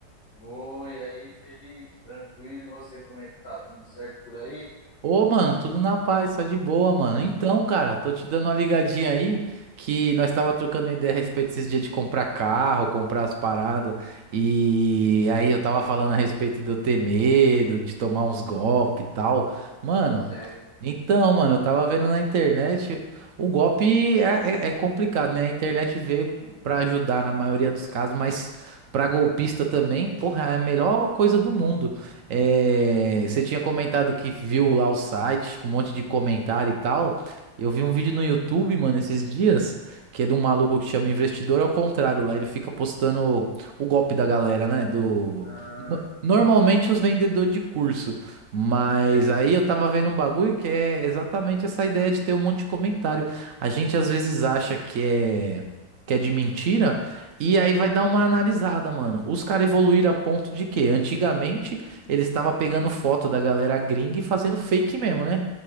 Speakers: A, on the left; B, on the right.
A: Oi, aí, Felipe, tranquilo? E você, como é que tá? Tudo certo por aí?
B: Ô, mano, tudo na paz, só de boa, mano. Então, cara, tô te dando uma ligadinha aí que nós tava trocando ideia a respeito desses dias de comprar carro, comprar as paradas. E aí eu tava falando a respeito de eu ter medo, de tomar uns golpes e tal. Mano,
A: Certo.
B: então, mano, eu tava vendo na internet, o golpe é, é- é complicado, né? A internet veio pra ajudar na maioria dos casos, mas pra golpista também, porra, é a melhor coisa do mundo. É, você tinha comentado que viu lá o site com um monte de comentário e tal. Eu vi um
A: Hum,
B: vídeo no YouTube, mano, esses dias, que é de um maluco que chama Investidor ao contrário lá. Ele fica postando o golpe da galera, né? Do...
A: Ah,
B: no- Normalmente os vendedores de curso. Mas
A: certo.
B: aí eu tava vendo um bagulho que é exatamente essa ideia de ter um monte de comentário. A gente às vezes acha que é, que é de mentira. E aí vai dar uma analisada, mano. Os caras evoluíram a ponto de que antigamente ele estava pegando foto da galera gringa e fazendo fake mesmo, né?